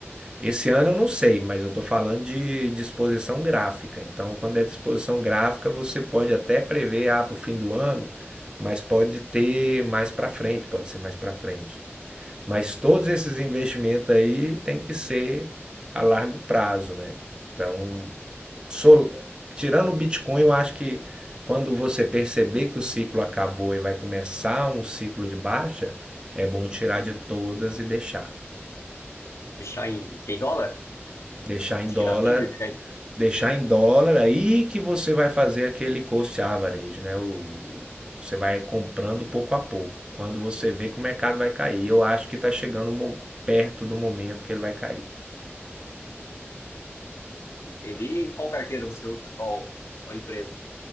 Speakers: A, on the right; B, on the left.
A: Esse ano eu não sei, mas eu estou falando de disposição gráfica. Então, quando é disposição gráfica, você pode até prever, ah, para o fim do ano, mas pode ter mais para frente, pode ser mais para frente. Mas todos esses investimentos aí tem que ser a largo prazo, né? Então, sol- tirando o Bitcoin, eu acho que quando você perceber que o ciclo acabou e vai começar um ciclo de baixa, é bom tirar de todas e deixar.
B: deixar em, em dólar,
A: Deixar em
B: tirar
A: dólar
B: tudo e ficar. em-
A: Deixar em dólar, aí que você vai fazer aquele cost average, né? O, você vai comprando pouco a pouco, quando você vê que o mercado vai cair. Eu acho que está chegando mo- perto do momento que ele vai cair.
B: Entendi. E qual carteira você usa? Qual, qual empresa?